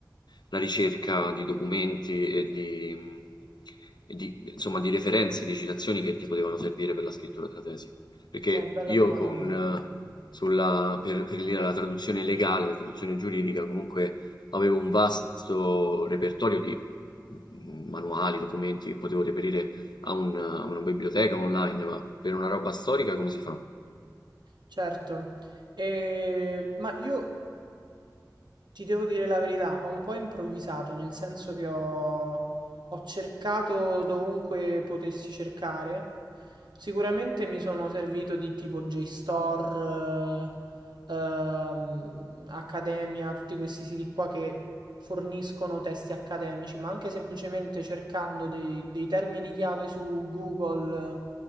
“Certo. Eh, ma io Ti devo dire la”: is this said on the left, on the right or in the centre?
Right